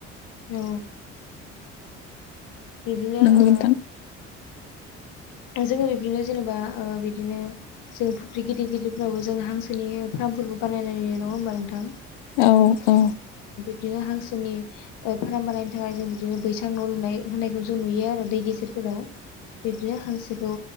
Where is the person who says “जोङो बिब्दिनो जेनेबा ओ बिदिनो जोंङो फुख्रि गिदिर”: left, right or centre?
Left